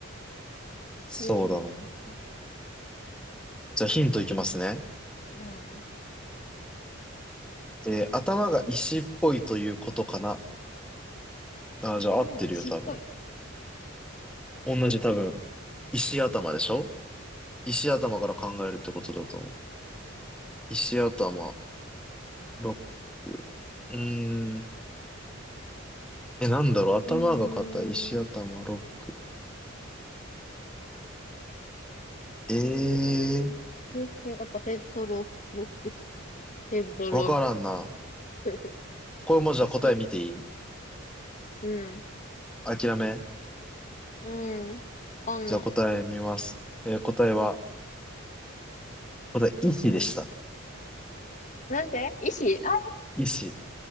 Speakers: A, on the left (about 35°); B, in the centre.
A: 石、
B: そうだな。
A: 頭、
B: じゃあヒントいきますね。
A: 頭。うん。
B: えー頭が石っぽいということかな。あー、じゃあ合ってるよ、
A: 頭が石っぽい。
B: 多分。同じ多分。石頭でしょ石頭から考えるってことだと思う。石頭、ロック。うーん。え、なんだろう。頭が硬い、
A: うーん。
B: 石頭、ロック。ええ
A: ろへ、へ、やっぱヘッドロック、ヘッドロッ
B: ー、わからんな。
A: ク。<laughs>
B: これもじゃあ答え見ていい
A: 石。うん。
B: 諦め
A: うん。わかんない。
B: じゃあ答え見ます。えー答えは、また、医師でした。
A: 何なんて石あ、
B: 医師。